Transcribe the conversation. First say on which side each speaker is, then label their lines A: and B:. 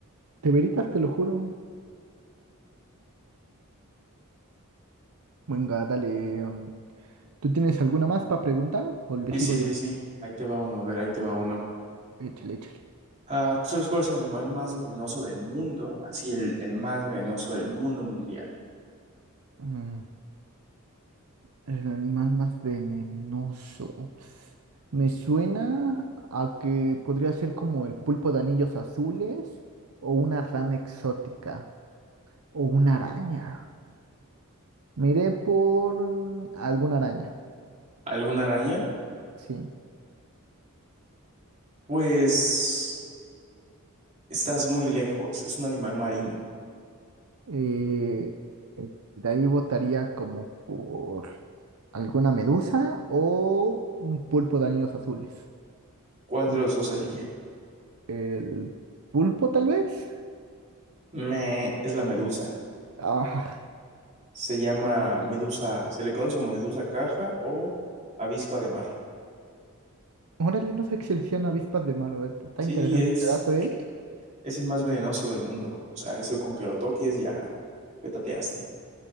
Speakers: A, on the right; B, on the right.
A: ¿Te veritas? Te lo juro. Venga, dale. mm, ¿Tú tienes alguna más para preguntar o le
B: Sí,
A: sigo
B: sí,
A: yo?
B: sí, sí. Ahí te va uno, a ver, ahí te va uno.
A: Échale, échale.
B: Ah, ¿tú sabes cuál es el animal más venenoso del mundo? Así, el, el más venenoso del mundo mundial.
A: Mm, El animal más venenoso. Me suena a que podría ser como el pulpo de anillos azules o una rana exótica o una araña. Me iré por mm, alguna araña,
B: ¿Alguna araña?
A: sí.
B: Pues estás muy lejos. Es un animal marino.
A: Eh, eh, de ahí votaría como por alguna medusa o un pulpo de anillos azules.
B: ¿Cuál
A: Eh,
B: de los dos elige?
A: el pulpo tal vez.
B: Me, es la medusa.
A: Ah,
B: Se llama medusa, se le conoce como medusa caja o avispa de mar.
A: Órale, no sé que seleccionan avispas de mar, güey. Está está
B: Sí,
A: interesante
B: es,
A: este dato, ¿eh?
B: es el más venenoso del mundo. O sea, eso con que lo toques ya petateaste.